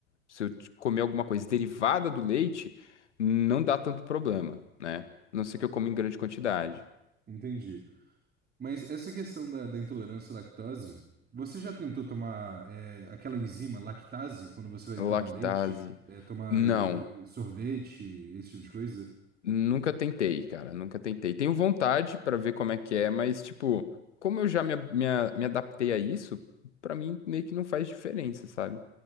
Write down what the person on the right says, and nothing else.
Entendi. Mas essa questão da, da intolerância à lactose, você já tentou tomar é, aquela enzima lactase quando você vai
tomar leite, é, tomar
eh, eh, sorvete, esse tipo de coisa?